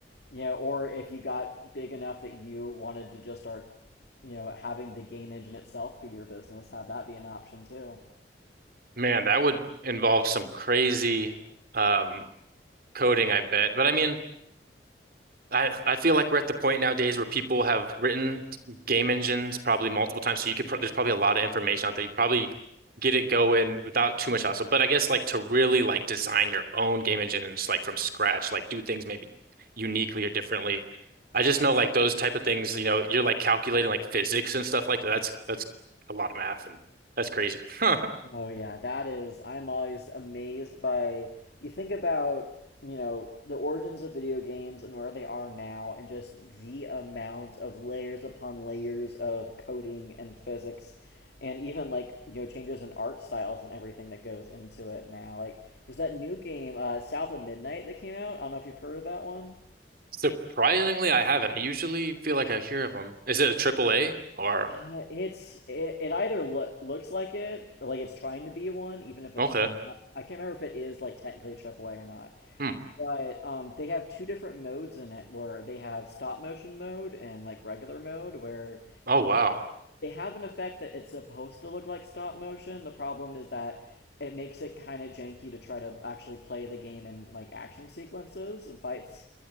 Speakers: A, on the left; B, on the right.
A: you know, or if you got big enough that you wanted to just start, you know, having the game engine itself be your business, have that be an option too.
B: Man, that would involve some crazy um coding, I bet. But I mean, I, I feel like we're at the point nowadays where people have written game engines probably multiple times, so you could pro there's probably a lot of information out there. You could probably get it going without too much hassle. But I guess like to really like design your own game engine and just like from scratch, like do things maybe uniquely or differently. I just know like those type of things, you know, you're like calculating like physics and stuff like that. That's that's a lot of math and that's crazy. <laughs>
A: Oh yeah, that is. I'm always amazed by. You think about, you know, the origins of video games and where they are now, and just the amount of layers upon layers of coding and physics, and even like you know changes in art styles and everything that goes into it now. Like there's that new game, uh, South of Midnight, that came out. I don't know if you've heard of that one.
B: Surprisingly, I haven't. I usually feel like I hear of them. Is it a triple A or
A: Uh, it's it, it either look looks like it or like it's trying to be one, even if it's
B: okay?
A: not. I can't remember if it is like technically a triple A or not.
B: Hmm.
A: But um, they have two different modes in it where they have stop motion mode and like regular mode where
B: Oh wow.
A: they have an effect that it's supposed to look like stop motion. The problem is that it makes it kind of janky to try to actually play the game in like action sequences and fights.